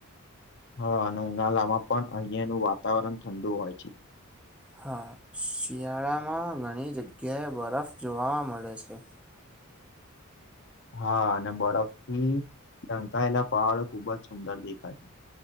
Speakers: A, on the left; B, in the centre.
A: હા અને ઉનાલામાં પણ અહિયાંનું વાતાવરણ ઠંડુ હોય છે.
B: હા શિયાળામાં ઘણી જગ્યાએ બરફ જોવા મળે છે.
A: હા અને બરફથી ઢંકાયેલા પહાડો ખુબ જ સુંદર દેખાય છે.